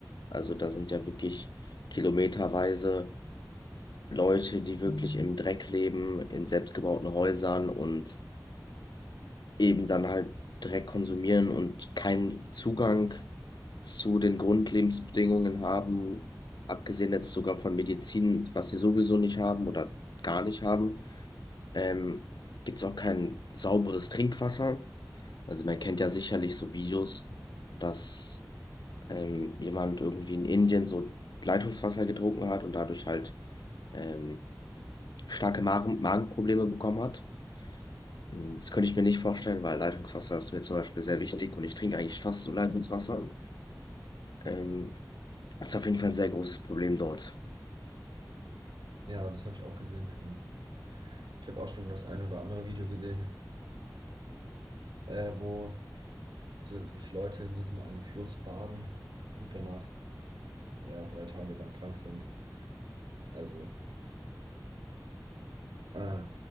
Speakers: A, on the left; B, on the right.
A: Also da sind ja wirklich kilometerweise Leute, die wirklich im Dreck leben, in selbstgebauten Häusern und eben dann halt Dreck konsumieren und keinen Zugang zu den Grundlebensbedingungen haben, abgesehen jetzt sogar von Medizin, was sie sowieso nicht haben oder gar nicht haben. Ähm, gibt es auch kein sauberes Trinkwasser. Also man kennt ja sicherlich so Videos, dass ähm, jemand irgendwie in Indien so Leitungswasser getrunken hat und dadurch halt ähm, starke Magen Magenprobleme bekommen hat. Mm, Das könnte ich mir nicht vorstellen, weil Leitungswasser ist mir zum Beispiel sehr wichtig und ich trinke eigentlich fast so Leitungswasser. Ähm, das ist auf jeden Fall ein sehr großes Problem dort.
B: ja, das habe ich auch gesehen. Ähm, ich habe auch schon das ein oder andere Video gesehen, äh, wo so sich Leute in diesem einen Fluss baden und danach ja, drei Tage lang krank sind. Also, äh,